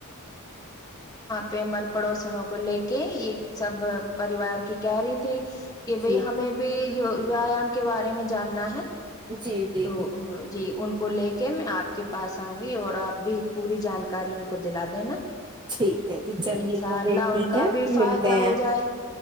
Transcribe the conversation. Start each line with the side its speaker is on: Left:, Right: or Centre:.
Left: پ مر پڑوسنوں کو لے کے یہ سب پریوار کی کیری تھی کہ
Right: جی
Left: بھائی ہمیں بھی ویایام کے بارے میں جاننا ہے
Right: جی جی
Left: تو
Right: جی
Left: جی ان کو لے کے میں آپ کے پاس آؤں گی اور آپ بھی پوری جانکاری ان کو دلا دینا
Right: ٹھیک ہے جی چلیے
Left: انشاء
Right: تو
Left: اللہ
Right: پھر ٹھیک
Left: ان کا
Right: ہے
Left: بھی فائدہ
Right: ملتے ہیں
Left: ہو جائے